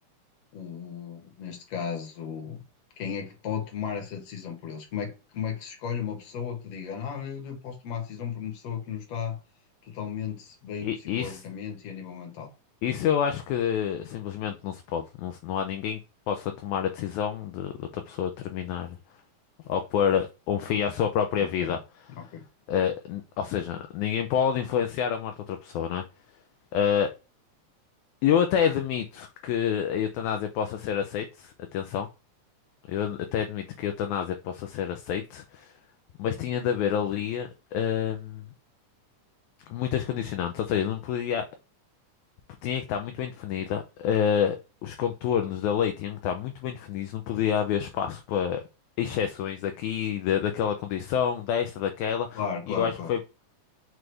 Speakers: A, on the left (about 60°); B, on the left (about 80°).
A: o, neste caso, quem é que pode tomar essa decisão por eles? Como é, que- como é que se escolhe uma pessoa que diga, "Ah, não, eu, eu posso tomar a decisão por uma pessoa que não está totalmente bem
B: i-
A: psicologicamente
B: isso,
A: e a nível mental?
B: isso eu acho que simplesmente não se pode. Não, se- não há ninguém que possa tomar a decisão de, de outra pessoa terminar ou pôr um fim à sua própria
A: Ok,
B: vida.
A: ok.
B: Eh, ou seja, ninguém pode influenciar a morte de outra pessoa, não é? Eh, eu até admito que a eutanásia possa ser aceite, atenção, eu até admito que a eutanásia possa ser aceite, mas tinha de haver ali ehm, muitas condicionantes, ou seja, não podia, tinha que estar muito bem definida, eh, os contornos da lei tinham que estar muito bem definidos, não podia haver espaço para exceções daqui, da- daquela condição, desta, daquela,
A: Claro, claro,
B: e eu acho
A: claro.
B: que foi,